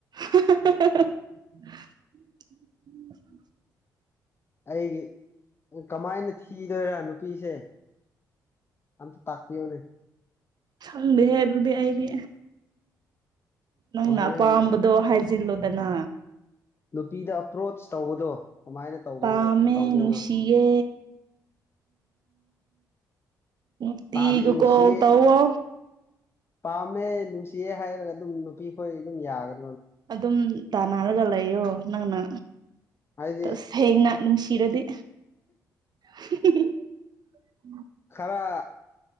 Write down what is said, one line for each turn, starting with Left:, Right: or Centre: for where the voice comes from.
Right: <unintelligible>
Left: ꯑꯩꯒꯤ ꯀꯃꯥꯏꯅ ꯊꯤꯗꯣꯏꯔ ꯅꯨꯄꯤꯁꯦ ꯑꯆꯥ ꯇꯥꯀꯤꯄꯤ ꯌꯎ ꯅ
Right: ꯁꯪꯗꯦꯍꯦ ꯑꯗꯨꯗꯤ ꯑꯩꯗꯤ ꯅꯪꯅ
Left: ꯀꯃꯥꯏꯅ
Right: ꯑꯄꯥꯝꯕꯗꯣ
Left: ꯍꯥꯏꯗꯤ
Right: ꯍꯥꯏ ꯂꯣꯗꯅ
Left: ꯅꯨꯄꯤꯗ ꯑꯄ꯭ꯔꯣꯆ ꯇꯧꯕꯗꯣ ꯀꯃꯥꯏꯅ ꯇꯧꯕꯅ
Right: ꯄꯥꯝꯃꯦ
Left: ꯇꯧꯗꯣꯏꯅꯣ
Right: ꯅꯨꯡꯁꯤꯌꯦ ꯅꯨꯡꯇꯤꯒꯤ
Left: ꯄꯥꯃꯦ ꯅꯨꯡꯁꯤ
Right: ꯀꯣꯜ ꯇꯧꯋꯣ
Left: ꯄꯥꯝꯃꯦ ꯅꯨꯡꯁꯤꯌꯦ ꯍꯥꯏꯔꯒ ꯑꯗꯨꯝ ꯅꯨꯄꯤꯈꯣꯏ ꯑꯗꯨꯝ ꯌꯥꯒꯅꯤ
Right: ꯑꯗꯨꯝ ꯇꯥꯟꯅꯔꯒ ꯂꯩꯌꯣ ꯅꯪꯅ
Left: ꯍꯥꯏꯗꯤ
Right: ꯇꯁ ꯍꯌꯦꯅ ꯅꯨꯡꯁꯤꯔꯗꯤ <unintelligible>
Left: ꯈꯔ